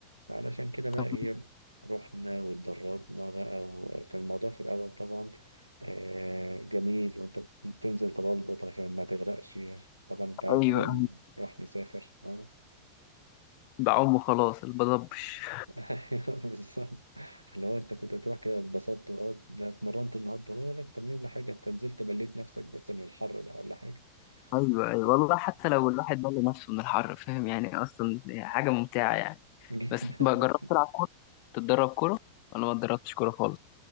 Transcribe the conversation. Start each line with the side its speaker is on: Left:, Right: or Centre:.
Right: فعلشان كده بقى
Left: طب
Right: ايه رحنا واتدربنا بقى وكان الموضوع في الأول طبعا آه جميل وانت بتنزل تبلبط عشان ما تغرقش طبعا انت عارف
Left: أيوة
Right: لما
Left: أيوة
Right: بنروح نسافر اه
Left: بعوم وخلاص البضبش
Right: <laughs> أيوة بالظبط اللي هو انت كنت تروح كده اتبسطت اه ده اتمرنت النهارده ولا تمرين ولا حاجه انت نزلت بليت نفسك بس من الحر ده ولا حاجه
Left: أيوة
Right: ف...
Left: أيوة والله حتى لو الواحد بل نفسه من الحر فاهم يعني أصلا حاجة ممتعة يعني
Right: <laughs> جدا
Left: بس بقى جربت تلعب كورة تتدرب كورة أنا ما اتدربتش كورة خالص